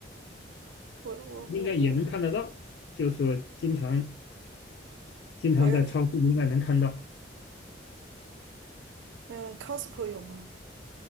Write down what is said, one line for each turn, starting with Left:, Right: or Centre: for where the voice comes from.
Right: 我我我我
Left: 应该也能看得到，就是说经常经常在超市应该能看到。
Right: 我要是嗯，Costco 有吗？